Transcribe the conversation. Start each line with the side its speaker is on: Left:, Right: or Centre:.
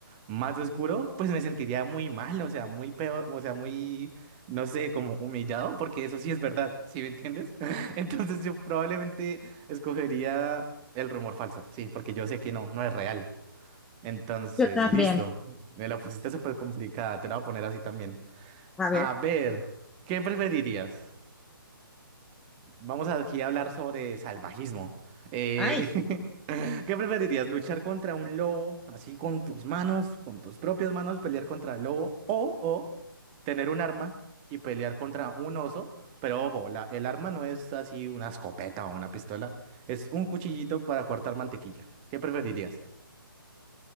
Right: más oscuro, pues me sentiría muy mal, o sea, muy peor, o sea, muy, no sé, como humillado, porque eso sí es verdad, ¿sí me entiendes? <laughs> Entonces yo probablemente escogería el rumor falso, sí, porque yo sé que no, no es real. Entonces,
Centre: Yo también.
Right: listo. Me la pusiste súper complicada. Te la voy a poner así también.
Centre: A ver.
Right: A ver, ¿qué preferirías? Vamos aquí a hablar sobre salvajismo. Eh,
Centre: Ay,
Right: <laughs> ¿qué preferirías? ¿Luchar contra un lobo así con tus manos, con tus propias manos, pelear contra el lobo? O, o tener un arma y pelear contra un oso. Pero ojo, la- el arma no es así una escopeta o una pistola. Es un cuchillito para cortar mantequilla. ¿Qué preferirías?